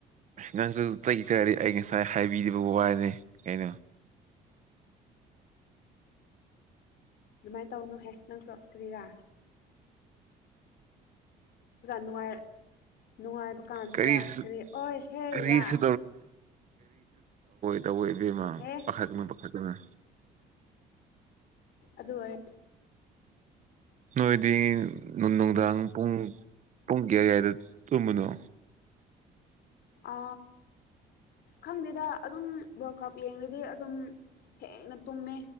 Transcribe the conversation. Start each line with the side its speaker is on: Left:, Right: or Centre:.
Right: ꯅꯪꯁꯨ ꯆ ꯆꯔꯤ ꯑꯩ ꯉꯁꯥꯏ ꯍꯥꯏꯕꯤꯔꯤꯕ ꯋꯥꯅꯤ ꯀꯩꯅꯣ
Left: ꯑꯗꯨꯃꯥꯏꯅ ꯇꯧꯅꯨꯍꯦ ꯅꯪꯁꯨ ꯀ꯭ꯔꯤꯔꯥ ꯅꯨꯡꯉꯥꯏ ꯅꯨꯡꯉꯥꯏꯕ ꯗꯨꯀꯥꯟꯁꯤꯗ
Right: ꯀꯔꯤꯁꯨ
Left: ꯀꯔꯤ ꯑꯣꯏ ꯍꯦꯔꯥ
Right: ꯀꯔꯤꯁꯨ ꯇꯕꯨꯕꯦꯝꯃ
Left: ꯑꯦ
Right: ꯄꯥꯈꯛꯅ ꯄꯈꯛꯇꯅ
Left: ꯑꯗꯨꯔ
Right: ꯅꯣꯏꯗꯤ ꯅꯨꯡ ꯅꯨꯡꯗꯥꯡ ꯄꯨꯡ ꯄꯨꯡꯒꯌꯥ ꯀꯥꯏꯗ ꯇꯨꯝꯃꯅꯣ
Left: ꯑ ꯈꯪꯗꯦꯗ ꯑꯗꯨꯝ ꯋꯥꯔꯜ ꯀꯞ ꯌꯦꯡꯗꯤ ꯑꯗꯨꯝ ꯊꯦꯡꯅ ꯇꯨꯝꯃꯦ